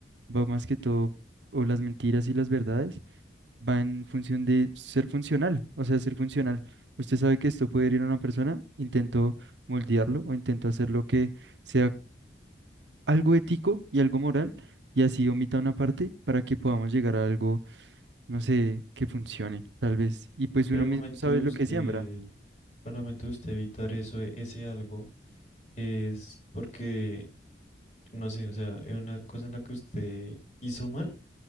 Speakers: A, on the right; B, on the left.
A: va más que todo, o las mentiras y las verdades, va en función de ser funcional, o sea, ser funcional. Usted sabe que esto puede ir a una persona, intento moldearlo o intento hacerlo que sea algo ético y algo moral, y así omita una parte para que podamos llegar a algo, no sé, que funcione, tal vez. Y pues
B: Pero
A: uno
B: al
A: mismo
B: momento
A: sabe
B: de
A: lo
B: usted,
A: que siembra.
B: al momento de usted evitar eso, e- ese algo, es porque no sé, o sea, es una cosa en la que usted hizo mal